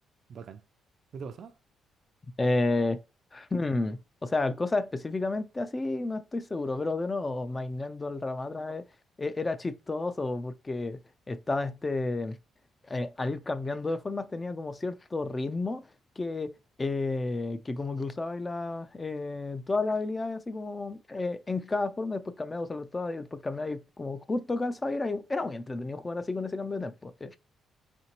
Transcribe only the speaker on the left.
Eh, <laughs> hmm, o sea, cosas específicamente así, no estoy seguro, pero de nuevo, maineando al Ramatra eh, e- era chistoso porque estaba este, eh, al ir cambiando de formas tenía como cierto ritmo que, eh, que como que usaba y la, eh, todas las habilidades así como eh, en cada forma, después cambiaba usarlas todas y después cambiaba y como justo calzaba y era, era muy entretenido jugar así con ese cambio de tiempo.